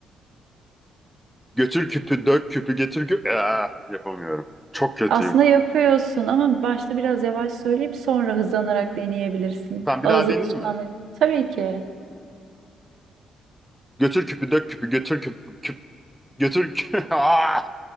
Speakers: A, in the centre; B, on the right.
A: Götür küpü dök küpü getir küpü. Ah, yapamıyorum. Çok kötüyüm.
B: Aslında yapıyorsun ama başta biraz yavaş söyleyip sonra hızlanarak deneyebilirsin.
A: Tamam bir
B: Ağız
A: daha deneyeyim
B: alışkanlığı.
A: mi?
B: Tabii ki.
A: Götür küpü dök küpü götür küp küp götür kü- <laughs> Aa!